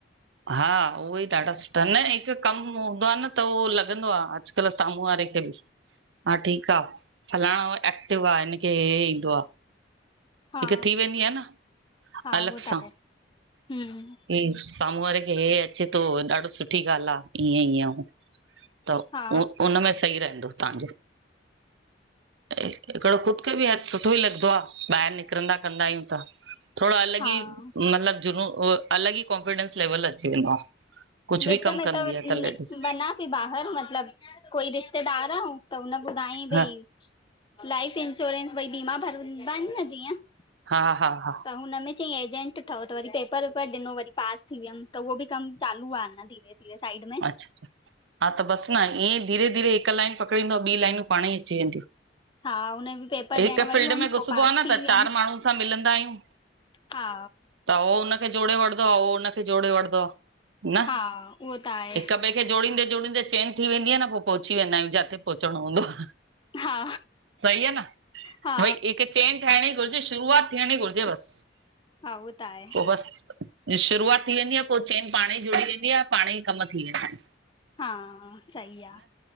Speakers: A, on the right; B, on the left.
A: हा उहे ई ॾाढा सुठा त न हिक कम हूंदो आ न त उहो लॻंदो आ अॼुकल्ह सामूं वारे खे बि। हा ठीक आ, फलाणो एक्टिव आ हिनखे हे हे ईंदो आ।
B: हा
A: हिक थी वेंदी आ न।
B: हा
A: अलॻ
B: उहो
A: सां,
B: त आहे हम्म
A: ई सामूं वारे खे हे ॾाढी सुठी ॻाल आ, ईअं ई त
B: हा
A: उनमें सही रहंदो तांजो। हिकिड़ो ख़ुदि खे बि ह सुठो ई लॻंदो आ, ॿाहिर निकिरंदा कंदा आहियूं त। थोड़ो अलॻि
B: हा
A: ई मतिलबु जुनून अलॻि ई कॉनफिडेंस लेवल अची वेंदो आ। कुझु
B: विच
A: बि कमु
B: में
A: कंदी
B: त
A: आ लेडीस
B: वंञा बहिर मतलब कोई रिश्तेदार आहे त हुन ॿुधाई
A: हा
B: भई लाइफ इंश्योरेंस भई बीमा भरंदा आहिन न जीअं
A: हा हा हा
B: त हुनम में चंईं एजेंट ठव, त वरी पेपर वेपर ॾिनो वरी पास थी वियमि त उहो बि कम चालू आ धीरे धीरे साइड में।
A: अच्छा अच्छा हा त बस न, ईअं ई धीरे धीरे हिक लाइन पकड़ींदव, ॿी लाइनू पाणे ई अची वेंदियूं।
B: हा हुन बि पेपर
A: हिक
B: ॾियण
A: फील्ड
B: वई हुअमि
A: में घुसबो
B: पो पास
A: आ न
B: थी
A: त
B: वियमि
A: चार माण्हू सां मिलंदा आहियूं।
B: हा
A: त उहो हुनखे जोड़े वठंदो आ, उ हुनखे जोड़े वठंदो आ, न
B: हा उहो त आहे
A: हिक ॿिए जोड़िंदे जोड़िंदे चेंन थी वेंदी आ न पो पोउंचीें वेंदा आयूं, जाते पहुचणो हूंदो आ।
B: हा
A: सही आ न,
B: हा
A: भई हिकु हिकु चैन ठाहिण घुरजे, शुरूआत थियणी घुरजे बस,
B: हा उहो त आहे
A: पो बस। शुरूआति थी वेंदी आहे, पोइ चैन पाणई जुड़ीजी वेंदी आहे, पाण ई कमु थी वेंदा आहिनि।
B: हा सही आहे।